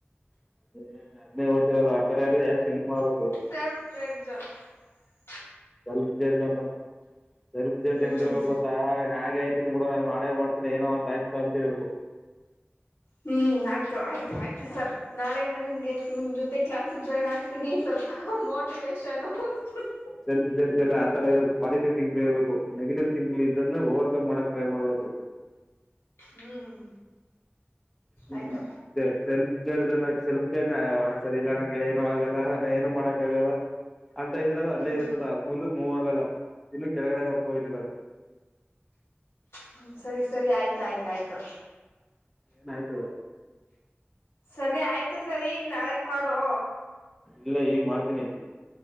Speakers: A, in the centre; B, on the left.
A: ಎ <unintelligible>
B: <unintelligible>
A: <unintelligible> ಸ್ವಲ್ಪ್ <unintelligible>
B: ಹ್ಮ್
A: ಇರ್ಬೇಕ್ಪಾ. ನಾ ಹಾಗೆ ಆಯ್ತೀನಿ ಬಿಡು ನಾನು ಮಾಡೇ ಮಾಡ್ತೀನಿ ಏನೋ ಒಂದ ಆಯ್ತು ಅಂತ ಹೇಳೋದು.
B: ಹ್ಮು ಆಯ್ತು ಆಯ್ತು ಆಯ್ತು ಸರ್ ನಾಳೆಯಿಂದ ನಿಮ್ಗೆ ನಿಮ್ ಜೊತೆ ಕ್ಲಾಸ್ಗ್ ಜಾಯಿನ್ ಆಗ್ತೀನಿ ಸ್ವಲ್ಪ ಅಮೌಂಟ್ <unintelligible>
A: <unintelligible> ಆತರಾ ಇರೋದು ಪಾಸಿಟಿವ್ ಥಿಂಕ್ ಇರ್ಬೇಕು ನೆಗೆಟಿವ್ ಥಿಂಕ್ ಇದ್ರನ್ನ ಓವರ್ಕಮ್ ಮಾಡಕ್ ಟ್ರೈ ಮಾಡ್ಬೇಕು.
B: ಹ್ಮ್
A: ಹ್ಮು
B: ಆಯ್ತು
A: <unintelligible> ಎರಡು ಜನ ಸೆಲ್ಫ್ <unintelligible> ಸರಿ ಇಲ್ಲಾ ನಂಗ್ ಕಯಿಲೆ ಏನು ಆಗಲ್ಲ ನಾ ಏನು ಮಾಡಕ್ ಆಗಲ್ಲ ಅಂತ ಇದ್ರದ ಅಲ್ಲೇ
B: ಹ್ಮ್
A: ಇರ್ತದ ಮುಂದ ಮೂವ್ ಆಗಲ್ಲ ಇನ್ನು ಕೆಳಗಡೆ ಹೊರ್ತಾ ಹೋಯ್ತಿದೆ.
B: ಹ್ಮು ಸರಿ ಸರಿ ಆಯ್ತ ಆಯ್ತ ಆಯ್ತು.
A: ಏನಾಯ್ತು
B: ಸರಿ ಆಯ್ತು ಸರಿ ಇನ್ ನಾಳೆಕ್ ಮಾಡು.
A: ಇಲ್ಲ ಈಗ್ ಮಾಡ್ತೀನಿ.